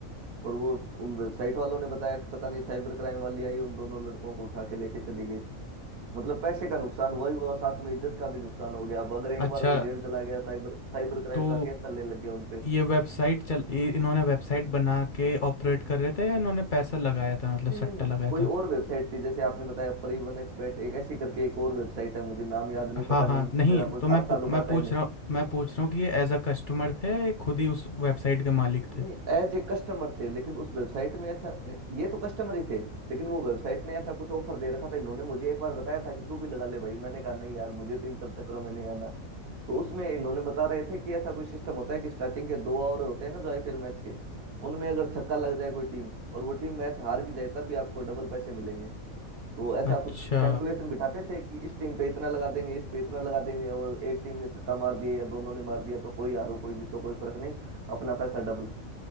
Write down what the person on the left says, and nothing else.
अच्छा
तो
ये वेबसाइट चल ये इन्होंने वेबसाइट बना के ऑपरेट कर रहे थे या इन्होंने पैसा लगाया था
मतलब
सट्टा
लगाया
था
हाँ
हाँ
नहीं
तो मैं
पू-
मैं पूछ
रहा हूँ मैं पूछ रहा हूँ कि ये एज अ कस्टमर थे या ये खुद ही उस वेबसाइट के मालिक
थे
अच्छा